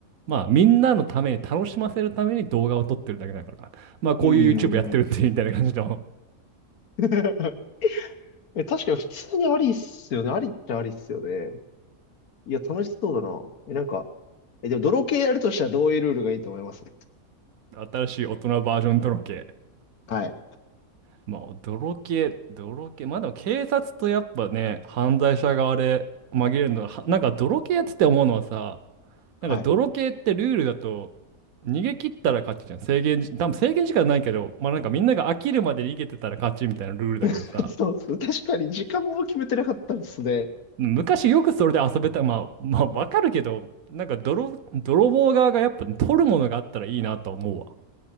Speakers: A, on the right (about 70°); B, on the left (about 75°).
A: まあ、みんなのために、楽しませるために動画を撮ってるだけだから。まあ、こういう
B: うー
A: YouTube やってるっていうみたいな感じの、
B: ん。<laughs> え、確かに普通にありっすよね。ありっちゃありっすよね。いや、楽しそうだな。え、なんか、え、でも泥系やるとしたらどういうルールがいいと思います
A: 新しい大人バージョンとろけ。
B: はい。
A: まあ、泥系、泥系。まあでも警察とやっぱね、犯罪者側で紛れるのが、はなんか泥系やつってて思うのはさ、なんか泥系ってルールだと、
B: はい。
A: 逃げ切ったら勝ちじゃん。制限時、多分制限時間ないけど、まあなんかみんなが飽きるまで逃げてたら勝ちみたいなルールだけどさ、
B: <laughs> そうっす。確かに、時間も決めてなかったですね。
A: 昔よくそれで遊べた、まあ、まあわかるけど、なんか泥、泥棒側がやっぱ取るものがあったらいいなとは思うわ。